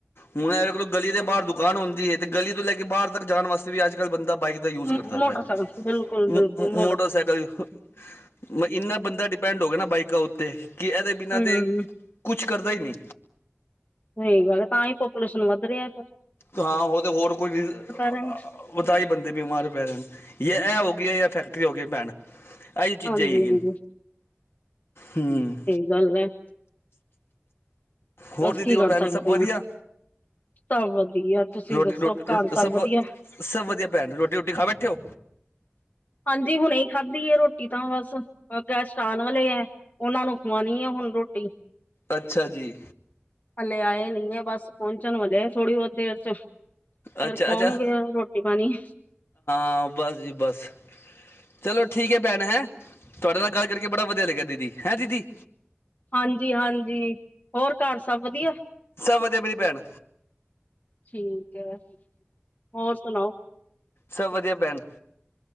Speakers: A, on the left; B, on the left.
A: ਹੁਣ ਐ ਵੇਖ ਲੋ ਗਲੀ ਦੇ ਬਾਹਰ ਦੁਕਾਨ ਹੂੰਦੀ ਏ, ਤੇ ਗਲੀ ਤੋਂ ਲੈ ਕੇ ਬਾਹਰ ਤੱਕ ਜਾਣ ਵਾਸਤੇ ਵੀ ਅੱਜ-ਕੱਲ ਬੰਦਾ ਬਾਈਕ ਦਾ ਈ ਯੂਜ
B: ਮੋਟਰਸਾਈਕਲ
A: ਕਰਦਾ ਪਿਆ
B: ਬਿਲਕੁਲ ਬਿਲਕੁਲ
A: ਮੋਟਰਸਾਈਕਲ ਦਾ ਇਨਾ ਬੰਦਾ ਡੀ ਡੀਪੈੰਡ ਹੋ ਗਿਐ ਨਾ ਬਾਈਕਾਂ ਉੱਤੇ ਕਿ ਐਦੇ ਬਿਨਾਂ
B: ਹਮ
A: ਤੇ ਕੁਛ ਕਰਦਾ ਈ ਨੀ।
B: ਸਹੀ ਗੱਲ ਐ, ਤਾਂਈ ਪਾਪੂਲੇਸ਼ਨ ਵੱਧ ਰਿਐ ਫੇਰ।
A: ਤੇ ਹਾਂ ਉਹਦੇ ਹੋਰ ਕੋਈ ਰੀਜਨ
B: ਰਹੇ ਨੇ
A: ਔ ਤਾਈ ਬੰਦੇ ਬਿਮਾਰ ਪੈ ਰਹਿਣ ਯਾ ਐ ਹੋ ਗਿਆ ਯਾ ਫੈਕਟਰੀ ਹੋ ਗਈ ਭੈਣ। ਆਈਓ ਚੀਜ਼ਾਂ
B: ਹਾਂਜੀ
A: ਹੈਗੀਆਂ,
B: ਹਾਂਜੀ
A: ਹੂੰ।
B: ਨਾਲੇ ਰਹਿਣ
A: ਹੋਰ
B: ਬਸ
A: ਦੀਦੀ
B: ਕੀ
A: ਹੋਰ
B: ਕਰ
A: ਭੈਣ
B: ਸਕਦੇ
A: ਸਭ ਵਧੀਆ।
B: ਹਾਂ ਸਭ ਵਧੀਆ ਤੁਸੀਂ
A: ਰੋਟੀ
B: ਦੱਸੋ
A: ਰੋਟ
B: ਘਰ
A: ਰੋ ਸਭ
B: ਵਧੀਆ
A: ਸਭ ਵਧੀਆ ਭੈਣ, ਰੋਟੀ-ਰੂਟੀ ਖਾ ਬੈਠੇ ਔ?
B: ਹਾਂਜੀ, ਹੁਣੇ ਈ ਖਾਧੀ ਐ ਰੋਟੀ ਤਾਂ ਬਸ ਅ ਗੈਸਟ ਆਣ ਵਾਲੇ ਐ। ਓਨਾਂ ਨੂੰ ਖਵਾਣੀ ਏ, ਹੁਣ ਰੋਟੀ।
A: ਅੱਛਾ ਜੀ
B: ਹਲੇ ਆਏ ਨੀਗੇ, ਬਸ ਪੋੰਚਣ ਵਾਲੇ ਐ ਥੋੜੀ-ਬੋਤ ਦੇਰ ਚ। ਫੇਰ
A: ਅੱਛਾ
B: ਖਵਾਉਂਗੇ
A: ਅੱਛਾ
B: ਉਹਨਾਂ ਨੂੰ ਰੋਟੀ-ਪਾਣੀ।
A: ਹਾਂ ਬਸ ਜੀ ਬਸ। ਚਲੋ ਠੀਕ ਏ ਭੈਣ ਹੈਂ। ਤੁਆਡੇ ਨਾਲ ਗੱਲ ਕਰਕੇ ਬੜਾ ਵਧੀਆ ਲੱਗਿਆ ਦੀਦੀ, ਹੈਂ ਦੀਦੀ।
B: ਹਾਂਜੀ-ਹਾਂਜੀ, ਹੋਰ ਘਰ ਸਭ ਵਧੀਆ?
A: ਸਬ ਵਧੀਆ ਮੇਰੀ ਭੈਣ।
B: ਠੀਕ ਐ, ਹੋਰ ਸੁਣਾਓ?
A: ਸਬ ਵਧੀਆ ਭੈਣ।